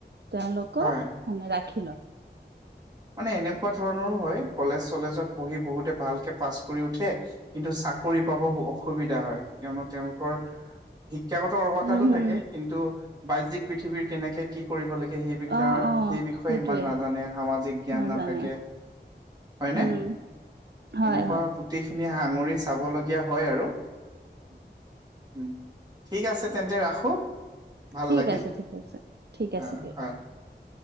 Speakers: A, on the right (about 65°); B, on the right (about 20°).
A: তেওঁলোকক
B: হয়
A: মানে ৰাখি <unintelligible>
B: মানে এনেকুৱা ধৰণৰো হয় কলেজ চলেজত পঢ়ি বহুতে ভালকে পাছ কৰি উঠে কিন্তু চাকৰি পাব অসুবিধা হয় কিয়নো তেওঁলোকৰ শিক্ষাগত অৰ্হতাটো
A: উম হম
B: থাকে কিন্তু বাহ্যিক পৃথিৱীৰ কেনেকে কি কৰিব লাগিব সে-সেই বিষয়ে-সেই
A: অ অ
B: বিষয়ে
A: সেইটোৱে
B: ইমান নাজানে সামাজিক জ্ঞান
A: নাজানে
B: নাথাকে হয় নে
A: উম হয়
B: এনেকুৱা
A: হয়
B: গোটেইখিন সাঙুৰি চাবলগীয়া হয় আৰু উম ঠিক আছে তেন্তে ৰাখো ভাল
A: ঠিক
B: লাগিল
A: আছে ঠিক আছে ঠিক
B: হা
A: আছে দিয়ক
B: হয়